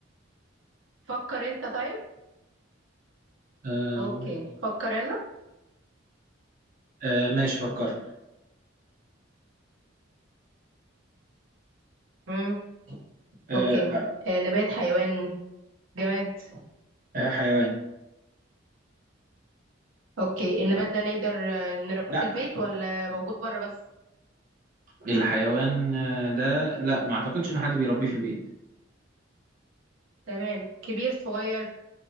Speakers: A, on the right; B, on the right.
A: فكر انت طيب
B: آه،
A: اوكي
B: ممكن.
A: فكر يلا
B: آه، ماشي فكرت
A: امم
B: آه،
A: اوكي
B: آه،
A: آه، نبات حيوان جماد
B: آه، حيوان
A: اوكي النبات ده نقدر آه، نربيه
B: لا
A: في البيت ولا موجود بره بس
B: الحيوان آه، ده لا ما اعتقدش ان حد بيربيه في البيت
A: تمام كبير صغير